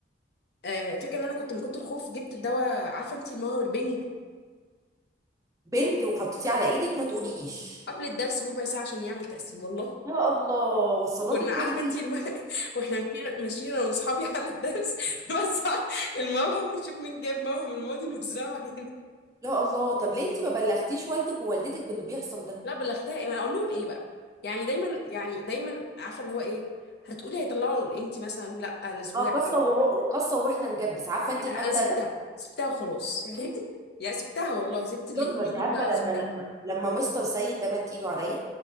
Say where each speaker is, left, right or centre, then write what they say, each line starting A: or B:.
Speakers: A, on the left; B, on the right.
A: آه، الفكره ان انا كنت من كنت الخوف جبت الدواء عارفه انت المهر البنج
B: بنج وحطيتيه على ايدك ما تقوليش
A: قبل الدرس بربع ساعه عشان يعمل تاثير والله
B: يا الله وصلاتك
A: كنا عارفه
B: فين دي
A: انت الم... <laughs> واحنا ماشيين ماشيين انا واصحابي على الدرس <laughs> نوزع الموهم نشوف مين جاب موهم الماضي نوزعه علينا
B: يا الله طب ليه انت ما بلغتيش والدك ووالدتك باللي بيحصل ده
A: لا بلغتها ايه ما انا اقول لهم ايه بقى يعني دايما يعني دايما عارفه اللي هو ايه هتقولي هيطلعوا انت مثلا لا الاسبوع
B: اه قصه
A: عليه
B: وهو قصه واحنا نجبس عارفه انت
A: انا
B: المبدأ
A: انا سبتها
B: ده
A: سبتها وخلاص يعني <laughs> يا سبتها والله سبت اللي
B: شاطره
A: يقول
B: انت
A: يقول
B: عارفه
A: بقى
B: لما
A: وسبتها
B: لما لما مستر سيد ده مد ايده عليا